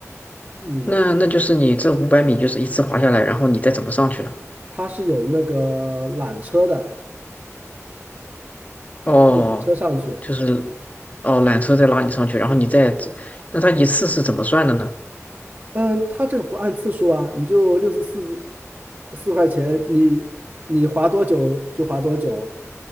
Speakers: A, on the right (about 35°); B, on the left (about 30°).
A: 嗯，
B: 那那就是你这五百米就是一次滑下来，然后你再怎么上去呢？
A: 它是有那个缆车的，
B: 哦，
A: 坐缆车上去。
B: 就是哦缆车再拉你上去，然后你再，那它一次是怎么算的呢？
A: 嗯，它这个不按次数啊，你就六十四四块钱，你你划多久就划多久。